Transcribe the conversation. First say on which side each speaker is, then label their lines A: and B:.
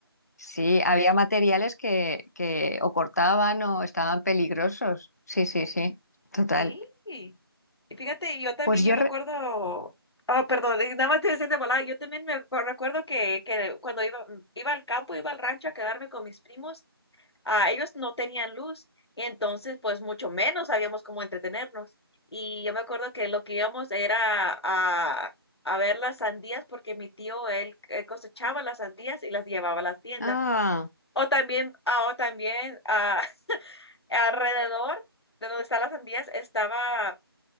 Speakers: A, on the left (about 40°); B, on the left (about 80°).
A: Sí, había materiales que, que o cortaban o estaban peligrosos. Sí, sí, sí, total.
B: Sí. Y fíjate, yo también,
A: Pues
B: yo
A: yo...
B: me
A: re-
B: acuerdo, ah, perdón, y nada más te decía de volada, yo también me acu- recuerdo que, que cuando iba, iba al campo, iba al rancho a quedarme con mis primos. ah, ellos no tenían luz y entonces pues mucho menos sabíamos cómo entretenernos. Y yo me acuerdo que lo que íbamos era a, a ver las sandías porque mi tío, él, él cosechaba las sandías y las llevaba a las tiendas.
A: Ah,
B: O también, ah, o también ah, <laughs> alrededor de donde están las sandías estaba